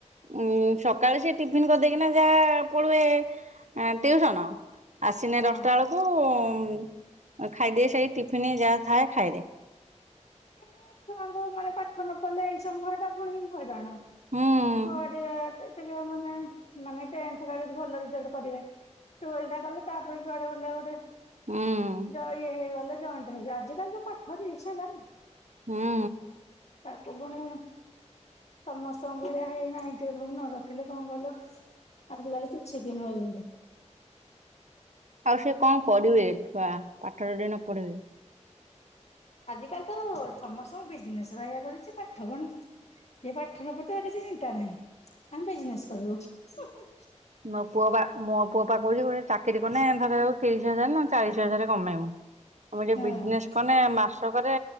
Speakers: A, on the right; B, on the left.
A: ଉମ୍ ସକାଳେ ସେ ଟିଫିନ କରିଦେଇକିନା ଯାହା ପଳୁଏ, ଏଁ ଟିଉସନ। ଆସିନେ
B: ହଁ।
A: ଦଶଟା ବେଳକୁ, ଖାଇଦିଏ ସେଇ ଟିଫିନ ଯାହା ଥାଏ ଖାଇଦିଏ।
B: ମେନେ ଛୁଆଙ୍କୁ ମାନେ ପାଠ ନ ପଢିଲେ ଏଇ ସମୟଟା ପୁଣି ହଇରାଣ।
A: ହୁଁ
B: ଛୁଆ ଟିକେ, ଟିକେ ମାନେ ମାନେ ଟେନ୍ଥଟା ଯଦି ଭଲ ରେଜଲ୍ଟ କରିବେ ଟ୍ବେଲବଟା କଲେ ତାପରେ ଯୁଆଡ଼େ ହେଲେ ଗୋଟେ,
A: ହୁଁ
B: ଯ ଇଏ ହେଇଗଲେ ଜଏଣ୍ଟ ହେଇକା, ଆଜିିକାଲି ଯୋଉ ପାଠ ରିସ୍କ ହେଲାଣି,
A: ହୁଁ।
B: ତାପରେ ପୁଣି ସମସ୍ତଙ୍କ ଭଳିଆ ହେଇ ନାଇଣ୍ଟି ଏବଭ ନ ରଖିଲେ କଣ କହିଲ, ଆଜିକାଲି କିଛି ବି ନୁହେଁ ଯେନ୍ତି।
A: ଆଉ ସେ କଣ କରିବେ ଛୁଆ, ପାଠ ଯଦି ନ ପଢିବେ।
B: ଆଜି କାଲି ତ ସମସ୍ତଙ୍କୁ ବିଜନେସ ବାଇଆ କରିଛି, ପାଠ କଣ ଯିଏ ପାଠ ନପଢୁଛି ତାର କିଛି ଚିନ୍ତା ନାହିଁ। ଆମେ ବିଜନେସ୍ କରିବୁ। ହୁଁ ହୁଁ।
A: ମୋ ପୁଅ ବା ମୋ ପୁଅ ପା କହୁଛି, କହୁଛି ଚାକିରୀ କନେ ଧରାଯାଉ ତିରିଶ ହଜାର ନା ଚାଳିଶ ହଜାର କମେଇବୁ। ଆମେ ଯୋଉ
B: ହଁ
A: ବିଜନେସ କନେ, ମାସକରେ